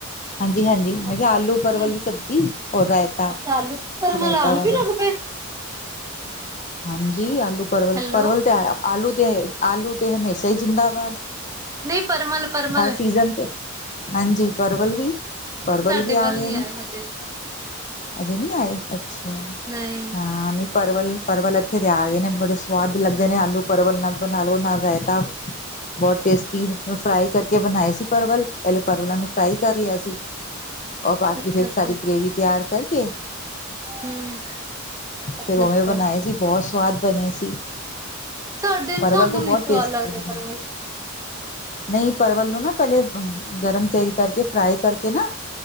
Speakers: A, on the left (about 35°); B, on the right (about 15°).
A: ਹਾਂਜੀ-ਹਾਂਜੀ ਮੈਂ
B: ਅੱਛਾ
A: ਕਿਆ ਆਲੂ
B: ਕੀ
A: ਪਰਵਲ ਦੀ ਸਬਜ਼ੀ ਔਰ ਰਾਏਤਾ-ਰਾਏਤਾ
B: ਅੱਛਾ ਆਲੂ ਪਰਮਲ ਆਣ
A: ਵਗੈਰਾ
B: ਵੀ ਲੱਗ ਪਏ
A: ਹਾਂਜੀ ਆਲੂ ਪਰਵਲ-ਪਰਵਲ
B: ਹੈਲੋ
A: ਤੇ ਆ ਆਲੂ ਤੇ ਆਲੂ ਤੇ ਹਮੇਸ਼ਾ ਈ ਜ਼ਿੰਦਾਬਾਦ।
B: ਨਹੀਂ ਪਰਮਲ ਪਰਮਲ
A: ਹਰ ਸੀਜਨ ਤੇ, ਹਾਂਜੀ ਪਰਵਲ ਵੀ ਪਰਵਲ
B: ਸਾਡੇ
A: ਵੀ ਆ
B: ਵੱਲ
A: ਗਏ
B: ਨੀ
A: ਨੇ।
B: ਆਏ ਹਜੇ
A: ਅਜੇ ਨੀ ਆਏ ਅੱਛਾ,
B: ਨਹੀਂ
A: ਹਾਂ ਨਈਂ ਪਰਵਲ ਪਰਵਲ ਏਥੇ ਤੇ ਆ ਗਏ ਨੇ ਬੜੇ ਸਵਾਦ ਲੱਗਦੇ ਨੇ ਆਲੂ ਪਰਵਲ ਨਾਲ ਬਨਾ ਲੋ ਨਾਲ ਰਾਏਤਾ। ਬੋਤ ਟੇਸਟੀ‌ ਫਰਾਈ ਕਰਕੇ ਬਨਾਏ ਸੀ ਪਰਵਲ, ਪੈਲੇ ਪਰਵਲਾਂ ਨੂੰ ਫਰਾਈ ਕਰ ਲੇਆ ਸੀ, ਓ ਬਾਕੀ
B: ਅੱਛਾ
A: ਫੇਰ
B: ਅੱਛਾ
A: ਸਾਰੀ ਗ੍ਰੇਵੀ ਤਿਆਰ ਕਰਕੇ
B: ਹਮ ਅੱਛਾ
A: ਫਿਰ ਉਵੇਂ
B: ਅੱਛਾ
A: ਬਣਾਏ ਸੀ। ਬਹੁਤ ਸਵਾਦ ਬਣੇ ਸੀ।
B: ਸਾਡੇ
A: ਪਰਵਲ
B: ਸਾਨੂੰ
A: ਤੇ
B: ਨੀ
A: ਬਹੁਤ
B: ਸਵਾਦ
A: ਟੇਸਟੀ
B: ਲੱਗਦਾ
A: ਬਣਦਾ
B: ਪਰਵਲ।
A: ਹੈ। ਨਹੀਂ। ਪਰਵਲ ਨੂੰ ਨਾ, ਪਹਿਲੇ ਗਰਮ ਤੇਲ ਕਰਕੇ ਫਰਾਈ ਕਰਕੇ ਨਾ।